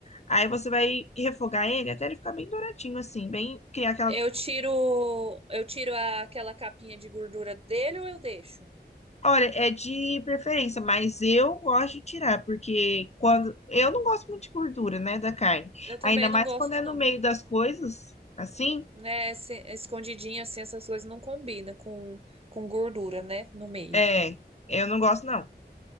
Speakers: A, on the left; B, on the right.
A: aí você vai refogar ele até ele ficar bem douradinho, assim, bem criar aquela.
B: Eu tiro, eu tiro a- aquela capinha de gordura dele ou eu deixo?
A: Olha, é de preferência, mas eu gosto de tirar, porque quando. Eu não gosto muito de gordura, né, da carne.
B: Eu também
A: Ainda
B: não
A: mais
B: gosto,
A: quando é no
B: não.
A: meio das coisas, assim,
B: né, se- escondidinho assim, essas coisas não combinam com, com gordura, né, no meio.
A: é, eu não gosto, não.